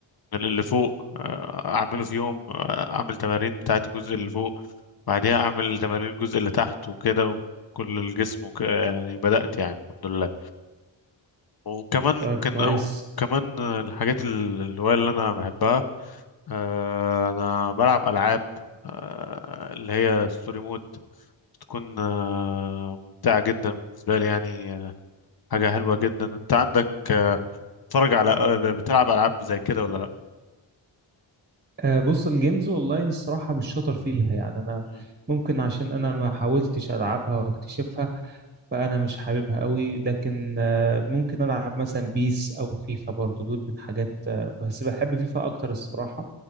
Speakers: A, on the left (about 50°); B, on the right (about 20°).
A: اللي فوق آه، اعمله في يوم آه، اعمل تمارين بتاعه الجزء اللي فوق بعديها اعمل تمارين الجزء اللي تحت وكده وكل الجسم وكده يعني بدات يعني الحمد لله وكمان ممكن
B: طيب كويس
A: كمان آه، الحاجات ال- الهوايه اللي انا بحبها آه، انا بلعب العاب آه، اللي هي ستوري مود بتكون آه، ممتعه جدا بالنسبه لي يعني آه، حاجه حلوه جدا انت عندك آه، بتتفرج على آه، بتلعب العاب زي كده ولا لا
B: آه، بص الجيمز اونلاين الصراحه مش شاطر فيها يعني انا
A: مم.
B: ممكن عشان انا ما حاولتش العبها واكتشفها فانا مش حاببها قوي لكن آه، ممكن العب مثلا بيس او فيفا برضو دول من حاجات آه، بس بحب فيفا اكتر الصراحه